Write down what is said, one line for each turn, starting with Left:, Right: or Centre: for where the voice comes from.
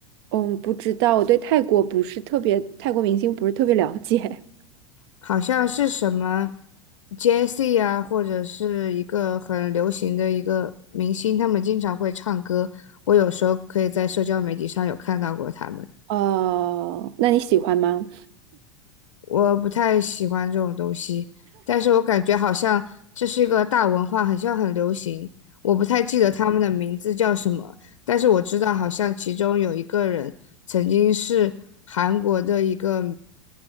Right: 嗯，不知道，我对泰国不是特别，泰国明星不是特别了解。
Left: 好像是什么 Jessie 啊，或者是一个很流行的一个明星，他们经常会唱歌。我有时候可以在社交媒体上有看到过他们。
Right: <laughs> 呃，那你喜欢吗？
Left: 我不太喜欢这种东西，但是我感觉好像这是一个大文化，好像很流行。我不太记得他们的名字叫什么，但是我知道好像其中有一个人曾经是韩国的一个